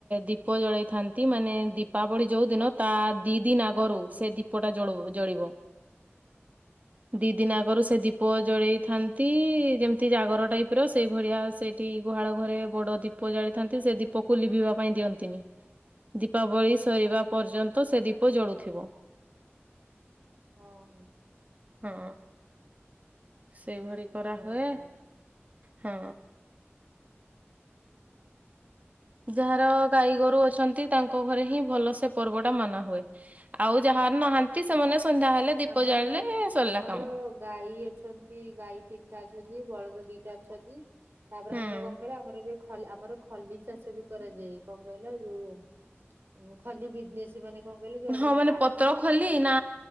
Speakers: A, on the right; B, on the right.
A: ଦୀପ ଜଳେଇଥାନ୍ତି ମାନେ ଦ ଦୀପାବଳି ଯୋଉ ଦିନ ତା ଦି ଦିନ ଆଗରୁ ସେ ଦୀପଟା ଜଳ ଜଳିବ ଦି ଦିନ ଆଗରୁ ସେ ଦୀପ ଜଳେଇଥାନ୍ତି ଯେମିତି ଜାଗର ଟାଇପ ର ସେଇ ଭଳିଆ ସେଇ ସେଠି ଗୁହାଳ ଘରେ ବଡ ଦୀପ ଜାଳିଥାନ୍ତି ସେ ଦୀପକୁ ଲିଭିବା ପାଇଁ ଦିଅନ୍ତିନି। ଦୀପାବଳି ସରିବା ପର୍ଯ୍ୟନ୍ତ ସେ ଦୀପ ଜଳୁଥିବ।
B: ହଁ ହ।
A: ହଁ। ସେଇଭଳି କରା
B: ସତ
A: ହୁଏ
B: କଥା
A: ହଁ। ଯାହାର ଗାଈ ଗୋରୁ ଅଛନ୍ତି ତାଙ୍କ ଘରେ ହିଁ ଭଲ ସେ ପର୍ବ ଟା ମନା ହୁଏ। ଆଉ ଯାହାର
B: ହୁଁ।
A: ନାହାନ୍ତି ସେମାନେ ସନ୍ଧ୍ୟା ହେଲେ ଦୀପ
B: ଆମର
A: ଜାଳିଲେ
B: ବି
A: ସରିଲା
B: ଆମର
A: କାମ।
B: ଗାଈ ଅଛନ୍ତି ଗାଈ ତିନିଟା ଅଛନ୍ତି ବଳଦ ଦିଟା ଅଛନ୍ତି ତାପରେ
A: ହୁଁ।
B: ଆମର କଣ କହିଲା ଆମର ଏବେ ଆମର ଖଲି ଚାଷ ବି କରାଯାଏ କଣ କହିଲା ଯୋଉ ଖଲି ବିଜନେସେ ସେମାନେ କଣ କହିଲେ ଯୋଉ ଆମର
A: ହଁ ମାନେ
B: ଆମର
A: ପତ୍ର
B: ସେୁଟଆ
A: ଖଲି
B: କଣ କି?
A: ନା